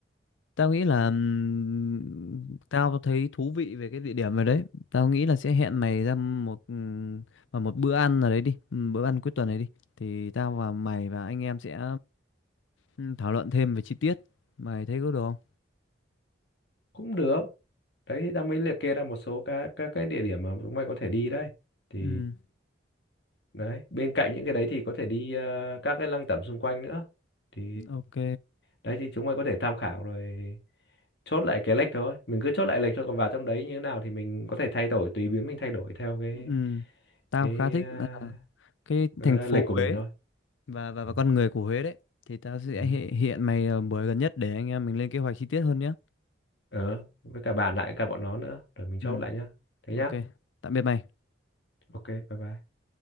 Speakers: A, on the left; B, on the left.
A: tao nghĩ là ừm, tao thấy thú vị về cái địa điểm này đấy tao nghĩ là sẽ hẹn mày ra một ừm, vào một bữa ăn nào đấy đi ừm, bữa ăn cuối tuần này đi thì tao và mày và anh em sẽ ừm, thảo luận thêm về chi tiết mày thấy có được không
B: cũng được đấy thì ta mới liệt kê ra một số các các cái địa điểm mà chúng mày có thể đi đấy thì
A: Ừ,
B: đấy bên cạnh những cái đấy thì có thể đi ờ, các cái lăng tẩm xung quanh nữa thì
A: ok.
B: đấy thì chúng mày có thể tham khảo rồi chốt lại cái lịch thôi mình cứ chốt lại lịch thôi còn vào trong đấy như thế nào thì mình có thể thay đổi tùy biến mình thay đổi theo cái
A: Ừ, tao
B: cái
A: khá thích
B: ờ,
A: là cái
B: Đấy,
A: thành phố
B: lịch của
A: Huế
B: mình thôi
A: và và và
B: ừ.
A: con người của Huế đấy. Thì tao sẽ
B: Ừ.
A: hệ- hiện mày ờ, buổi gần nhất để anh em mình lên kế hoạch chi tiết hơn nhé.
B: Ờ, với cả bàn lại cả bọn nó nữa rồi mình chốt
A: Ừ,
B: lại nhá thế nhá
A: ok. Tạm biệt mày.
B: ok bye bye